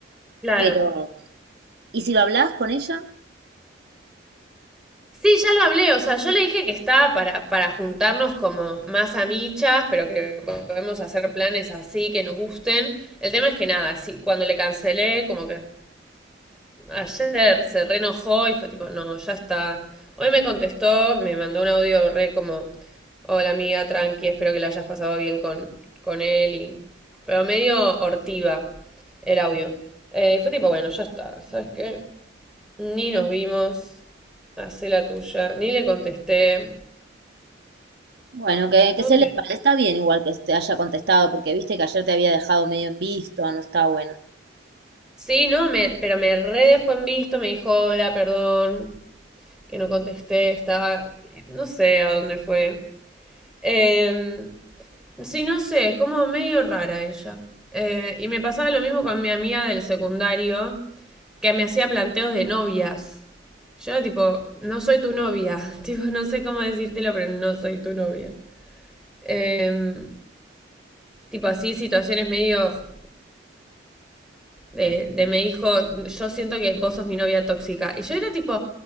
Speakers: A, in the centre; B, on the right.
A: Claro.
B: Pero, ¿y si lo hablás con ella?
A: Sí, ya lo hablé, o sea, yo le dije que estaba para, para juntarnos como más amichas, pero que podemos hacer planes así, que nos gusten. El tema es que nada, sí, cuando le cancelé, como que Ayer se reenojó y fue tipo, no, ya está. Hoy me contestó, me mandó un audio re como, hola amiga, tranqui, espero que la hayas pasado bien con, con él y... Pero medio hortiva el audio. Eh, y fue tipo, bueno, ya está, ¿sabes qué? Ni nos vimos, hacé la tuya, ni le contesté,
B: Bueno, que,
A: no
B: que se
A: sé.
B: le está bien igual que te haya contestado, porque viste que ayer te había dejado medio en visto, no está bueno.
A: Sí, no, me, pero me re dejó en visto, me dijo, hola, perdón, que no contesté, estaba, no sé a dónde fue. Em, Sí, no sé, es como medio rara ella. Eh, y me pasaba lo mismo con mi amiga del secundario, que me hacía planteos de novias. Yo era tipo, no soy tu novia. <laughs> Tipo, no sé cómo decírtelo, pero no soy tu novia. Em, tipo así, situaciones medio de, de me dijo, yo siento que vos sos mi novia tóxica. Y yo era tipo,